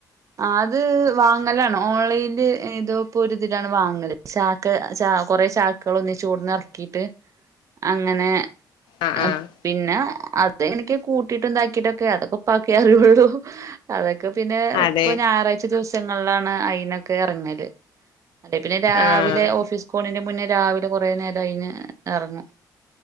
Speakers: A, on the right; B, on the left.
A: ആഹ് അത് വാങ്ങലാണ് ഓൺലൈൻല് ഏതോപ്പോരിതിലാണ് വാങ്ങല് ചാക്ക് ക്ക് ചാ കൊറെ ചാക്കുകളൊന്നിച്ച് കൊടന്ന് എറക്കിയിട്ട് അങ്ങനെ
B: ആഹ്
A: ഏഹ്
B: ആഹ്
A: പിന്നെ അതങ്ങനൊക്കെ കൂട്ടിയിട്ട് ഇതാക്കിട്ടൊക്കെ അതൊക്കെ ഉപ്പാക്കെയറിള്ളൂ അതൊക് ക്കെ പിന്നെ
B: അതെ
A: ഇപ്പ ഞായറാഴ്ച ദിവസങ്ങളിലാണ് അയിനൊക്കെ എറങ്ങല് അല്ലേ പിന്നെ രാവിലെ
B: ആഹ്
A: ഓഫീസ്ക്ക് പോണന്റെ മുന്നേ രാവിലെ കൊറെ നേരം അയിന് എറങ്ങും